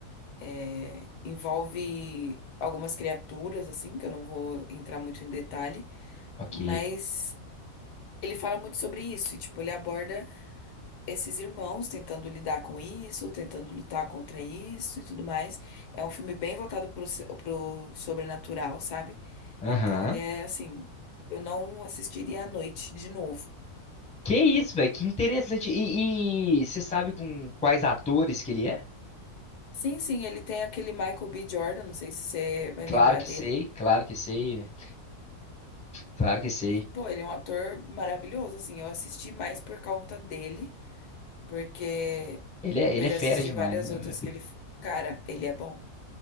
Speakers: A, on the left; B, in the centre.
A: É, envolve algumas criaturas, assim, que eu não vou entrar muito em detalhe,
B: ok.
A: mas ele fala muito sobre isso, e, tipo, ele aborda esses irmãos tentando lidar com isso, tentando lutar contra isso e tudo mais. É um filme bem voltado pro, se- pro sobrenatural, sabe?
B: Aham.
A: Então ele é assim, eu não assistiria à noite de novo.
B: Que isso, velho? Que interessante. E você sabe com quais atores que ele é?
A: Sim, sim, ele tem aquele Michael B. Jordan, não sei se você vai
B: Claro
A: lembrar
B: que
A: dele.
B: sei, claro que sei, véi. claro que sei.
A: E, pô, ele é um ator maravilhoso, assim. Eu assisti mais por conta dele, porque
B: Ele é, ele
A: eu
B: é
A: já
B: fera
A: assisti
B: demais,
A: várias
B: meu.
A: outras
B: véi.
A: que ele. f- Cara, ele é bom.